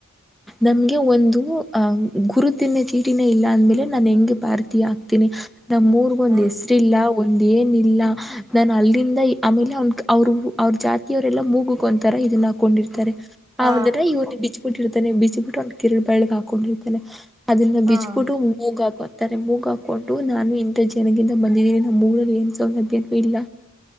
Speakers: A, in the centre; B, on the right.
A: ನಮ್ಗೆ ಒಂದು ಅಹ ಗುರುತಿನ ಚೀಟಿನೇ ಇಲ್ಲ ಅಂದ್ಮೇಲೆ ನಾನ್ ಹೆಂಗ್ ಭಾರತಿಯ ಆಕ್ತೀನಿ ನಮ್ಮೂರ್ಗೊಂದ್
B: ಹ್ಮ್
A: ಎಸ್ ಅಷ್ಟಿಲ್ಲ ಒಂದ ಏನಿಲ್ಲ. ನಾನ್ ಅಲ್ಲಿಂದ ಆಮೇಲೆ ಅವನ್ ಅವರು ಅವ್ರ ಜಾತಿಯವರೆಲ್ಲ ಮುಗುಕೊಂತ ತರ ಇದನ್ನ ಹಾಕೊಂಡಿರ್ತಾರೆ
B: ಹ
A: ಆದರ ಇವನ್ ಬಿಚ್ಚಬಿಟ್ಟಿರ್ತಾನೆ ಬಿಚ್ಚಬುಟ್ಟು ಒಂದು ಕಿರ ಬೆಳ್ಳಗ್ ಹಾಕೊಂಡಿರ್ತಾನೆ ಅದನ್ನ ಬಿಜ್ಬಿಟ್ಟು
B: ಹಾ
A: ಮೂಗ ಹಾಕರ್ತಾರೆ ಮೂಗ ಹಾಕೊಂಡು ನಾನು ಇಂಥ ಜನಗಂದ ಬಂದಿದ್ದಿನಿ ನಮ್ಮೂರಲ್ಲಿ ಏನ್ ಸೌಲಭ್ಯ ಇಲ್ಲ